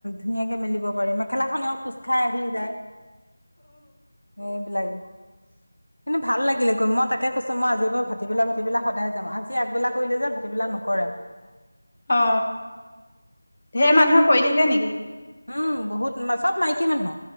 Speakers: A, on the left; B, on the left.
A: ধুনীয়াকে মেলিব পাৰি মেখেলা খ কোচ খাই আহি যায়। সেইবিলাগ। কিন্তু ভাল লাগিলে মই তাকে কৈছো মই আজি পৰা ভাতিবেলা-ভাতিবেলা। সদায় যাম আজি আগবেলা কৰিলো যে। সেইবিলাক নকৰা।
B: অ ঢেৰ মানুহে কৰি থাকে নেকি?
A: উম বহুত ম চব মাইকী মানুহ